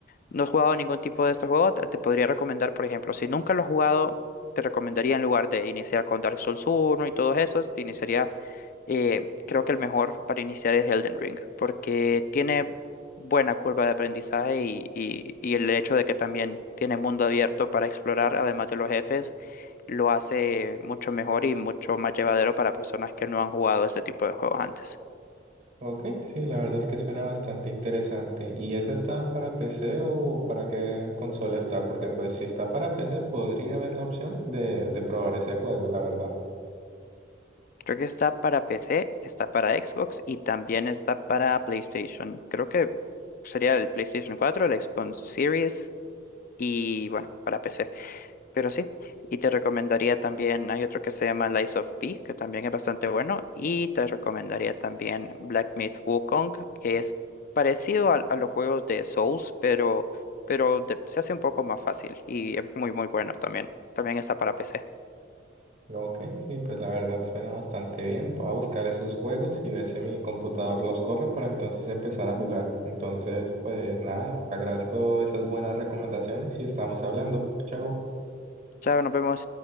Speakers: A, on the left; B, on the right.
A: No No he jugado ningún tipo de estos juegos, te te podría recomendar, por ejemplo, si nunca lo has jugado, te recomendaría en lugar de iniciar con Dark Souls uno y todos esos, te iniciaría eh, creo que el mejor para iniciar es Elden Ring, porque tiene buena curva de aprendizaje y, y- y el hecho de que también tiene mundo abierto para explorar, además de los jefes, lo hace mucho mejor y mucho más llevadero para personas que no han jugado este tipo de juegos antes.
B: Ok, sí, la verdad es que suena bastante interesante. ¿Y esa está para PC o para qué consola está? Porque pues si está para PC podría haber la opción de, de probar ese juego, la verdad.
A: Creo que está para PC, está para Xbox y también está para PlayStation. Creo que sería el PlayStation 4 el Xbox Series y bueno, para PC. Pero sí, y te recomendaría también, hay otro que se llama Lies of P, que también es bastante bueno, y te recomendaría también Black Myth Wukong, que es parecido a, a los juegos de Souls, pero, pero de- se hace un poco más fácil y es muy, muy bueno también. También está para PC.
B: Pero ok, sí, pues la verdad suena bastante bien. Voy a buscar esos juegos y ver si mi computador los corre para entonces empezar a jugar. Entonces, pues nada, agradezco esas buenas recomendaciones y estamos hablando. Chao.
A: Chao, nos vemos.